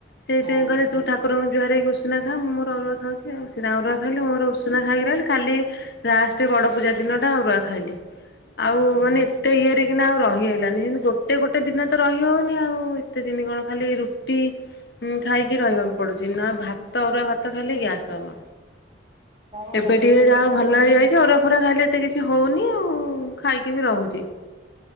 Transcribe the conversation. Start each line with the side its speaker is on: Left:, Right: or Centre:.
Left: ସେଇଥିପାଇ
Right: ହଁ।
Left: କହିଲେ ତୁ ଠାକୁରଙ୍କୁୁଜୁହାରେ ହେଇକି ଉଷୁନା ଖା ମୁଁ ଅରୁଆ ଖାଉଛି। ସେ କିଛି ନାହିଁ ଅରୁଆ ଖାଇଲେ ମୋର ଉଷୁନା ଖାଇକି ରହିଲି। ଲାଷ୍ଟେ ବଡ଼ ପୂଜା ଦିନଟା ଆଉରୁଆ ଖାଇଲି ଆଉ ମାନେ ଏତେ ଇଏରେ କିନା ଆଉ ରହିହେଲାନି ସେମିତି ଗୋଟେ ଗୋଟେ ଦିନ ତ ରହିହଉନି ଆଉ ଏତେ ଦିନ କଣ ଖାଲି ରୁଟି ଉଁ ଖାଇକି ରହିବାକୁ ପଡୁଛି, ନା ଭାତ ଅରୁଆ ଭାତ ଖାଇଲେ ଗ୍ୟାସ୍ ହବ।
Right: ମୋରତ
Left: ଏବେ ଟିକେ
Right: ସେମିତି
Left: ଯାହା ହଉ
Right: ହଉଛି।
Left: ଭଲ ହେଇଯାଇଛି ଅରୁଆ ଫରୁଆ ଖାଇଲେ ଏତେ କିଛି ହଉନି ଆଉ ଖାଇକି ବି ରହୁଛି।